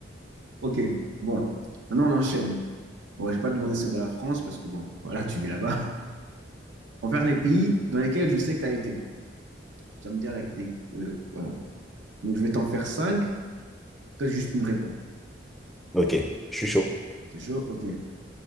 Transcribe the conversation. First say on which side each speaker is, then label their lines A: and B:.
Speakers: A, on the right; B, in the centre.
A: Ok, bon. Maintenant, on enchaîne. Bon, j'ai pas demandé celle de la France parce que, bon, voilà, tu vis là-bas. On va faire les pays dans lesquels je sais que tu as été. Tu vas me dire, là, que des- euh, voilà. Donc, je vais t'en faire cinq. Toi, juste tu me réponds.
B: ok, je suis chaud.
A: T'es chaud? Ok.